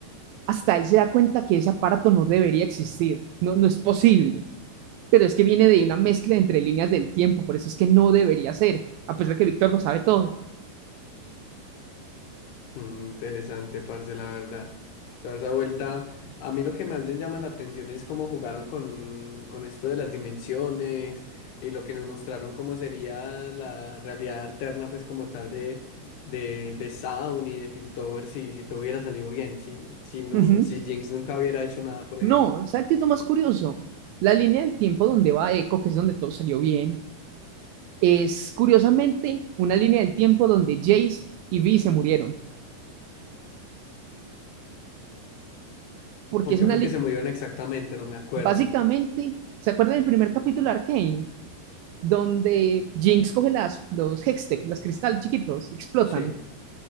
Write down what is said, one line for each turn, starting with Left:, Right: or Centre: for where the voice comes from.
Right: hasta él se da cuenta que ese aparato no debería existir, no, no es posible, pero es que viene de una mezcla entre líneas del tiempo, por eso es que no debería ser, a pesar de que Víctor lo sabe todo.
Left: Mm, interesante, parce, la verdad. Toda esa vuelta. A mí lo que más me llama la atención es cómo jugaron con, con esto de las dimensiones y lo que nos mostraron cómo sería la realidad alterna, pues como tal de, de, de Sound y de Piltover, si, si todo hubiera salido bien, si, si, no,
Right: Ujú.
Left: si Jinx nunca hubiera hecho nada, por
Right: No,
Left: ejemplo.
Right: ¿sabes qué es lo más curioso? La línea del tiempo donde va Echo, que es donde todo salió bien, es curiosamente una línea del tiempo donde Jace y Vi se murieron. Porque
Left: ¿Por
Right: es
Left: qué
Right: una
Left: fue
Right: línea.
Left: que se murieron exactamente? No me acuerdo.
Right: Básicamente, ¿se acuerdan del primer capítulo de Arcane? Donde Jinx coge las, los Hextech, los cristales chiquitos, explotan.
Left: Sí.